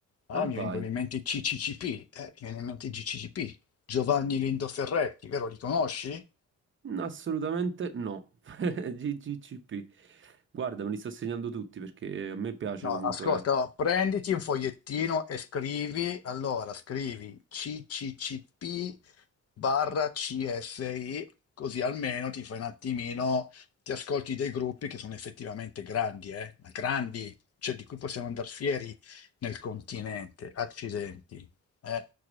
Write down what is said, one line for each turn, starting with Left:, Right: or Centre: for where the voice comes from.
Left: Allora
Right: E
Left: mi vengono
Right: vai.
Left: in mente i CCCP, eh, mi viene in mente i GCCP, Giovanni Lindo Ferretti, vero, li conosci?
Right: No, Assolutamente no. <laughs> GGCP. Guarda, me li sto segnando tutti perché a me piace
Left: No,
Right: comunque
Left: ascolta, no, prenditi un fogliettino e scrivi, allora scrivi CCCP barra CSI, così almeno ti fai un attimino, ti ascolti dei gruppi che sono effettivamente grandi, eh? ma Grandi, cioè di cui possiamo andare fieri nel continente, accidenti. eh.